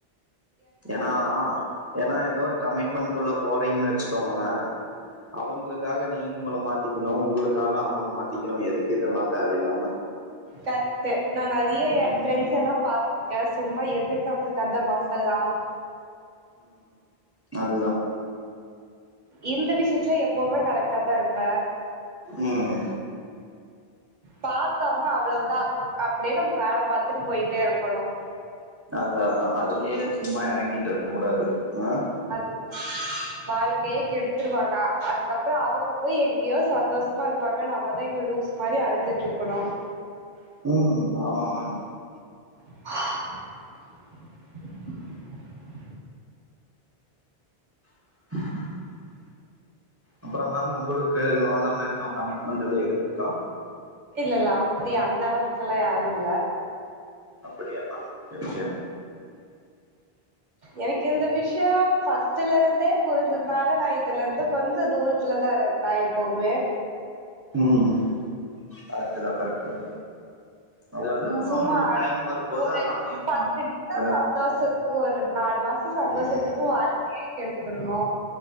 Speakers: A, on the right; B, on the right.
A: ஏன்னா ஏன்னா ஏதோ ஒரு கமிட்மெண்ட்குள்ள போறீங்கன்னு வச்சுக்கோங்களேன் அவங்களுக்காக நீங்க உங்கள மாத்திக்கணும் உங்களுக்காக அவங்க மாத்திக்கணும் எதுக்கு இதெலாம் தேவயிலாம
B: கரக்ட் நான் நிறைய எ
A: ம்
B: பிரெண்ட்ஸ் எலாம் பாத்து சும்மா எதுக்கு நம்மளுக்கு அந்த வம்பலாம்
A: அதுதான்
B: இந்த விஷயத்துல எப்பவுமே கரக்டா தா இருப்ப
A: உம்
B: பாத்தோம அவ்வளவுதான் அப்டியே <unintelligible> வேல பாத்துட்டு போயிட்டே இருக்கணும்
A: அதான் அதான் அதுலயே சும்மா இறங்கிட் இருக்க கூடாது ஆஹ்
B: அது வாழ்க்கையே கெடுத்துருவாங்க அதுக்கப்புறம் அவங்க போய் எங்கேயோ சந்தோஷமா இருப்பாங்க நம்மதைங்க லூஸ் மாதிரி அழஞ்சிட்டு இருக்கணும்
A: உம் ஆமா மேம்
B: <inaudible>
A: <inaudible> அப்பறம் மேம் உங்களுக்கு முதல ஏதோ கமிட்மெண்ட் ஏதோ இருந்திருக்கா
B: இல்ல இல்ல அப்டி அந்த அளவுக்கெலாம் யாரும் இல்ல
A: அப்படியா <unintelligible> விஷயம்
B: எனக்கு இந்த விஷயம் ஃபர்ஸ்ட்ல இருந்தே புரிஞ்சதுனால நான் இதுல இருந்து கொஞ்ச தூரத்துலதான் இருந்தேன் இப்பவுமே
A: ம் கரெக்ட் தா கரெக்ட் தா அதாவது
B: சமா
A: ஒரு டைம் வரும்போது
B: ஒரு
A: அது அமையு
B: ப
A: அது
B: சந்தோஷத்துக்கு ஒரு நாலு மாசம் சந்தோஷத்துக்கு
A: ம்
B: வாழ்க்கையே கெடுக்கும் இருணோ